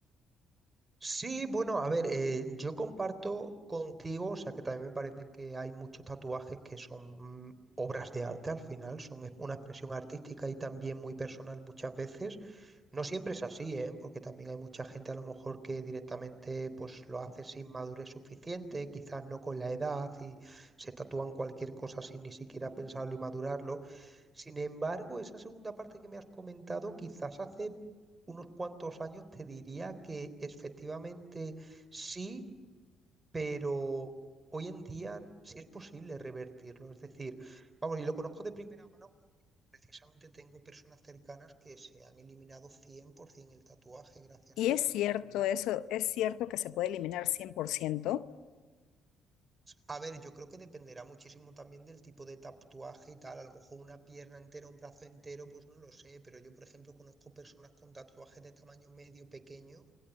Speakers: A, on the right; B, on the left.
A: Sí, bueno, a ver, eh, yo comparto contigo, o sea que también me parecen que hay muchos tatuajes que son mm, obras de arte al final, son ex- una expresión artística y también muy personal muchas veces. No siempre es así, ¿eh? Porque también hay mucha gente a lo mejor que directamente pues lo hace sin madurez suficiente, quizás no con la edad y se tatúan cualquier cosa sin ni siquiera pensarlo y madurarlo. Sin embargo, esa segunda parte que me has comentado, quizás hace unos cuantos años te diría que efectivamente sí, pero hoy en día sí es posible revertirlo. Es decir, vamos, y lo conozco de primera mano porque precisamente tengo personas cercanas que se han eliminado 100% el tatuaje gracias
B: Y
A: a,
B: es cierto
A: a los
B: eso, es cierto que se puede eliminar cien por ciento,
A: A ver, yo creo que dependerá muchísimo también del tipo de tatuaje y tal. A lo mejor una pierna entera, un brazo entero, pues no lo sé. Pero yo, por ejemplo, conozco personas con tatuajes de tamaño medio pequeño